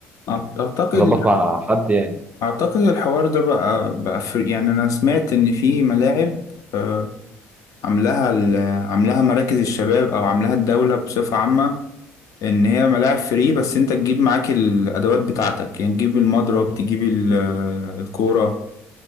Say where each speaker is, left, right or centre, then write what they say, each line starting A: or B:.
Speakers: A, on the left; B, on the right.
A: أعت- اعتقد
B: تظبط مع حد يعني
A: اعتقد الحوار ده بقى بقى فر- يعني انا سمعت ان في ملاعب آه عاملاها ال- عاملاها مراكز الشباب او عاملاها الدولة بصفة عامة ان هي ملاعب فري بس انت تجيب معاك الادوات بتاعتك يعني تجيب المضرب تجيب ال- آه، الكورة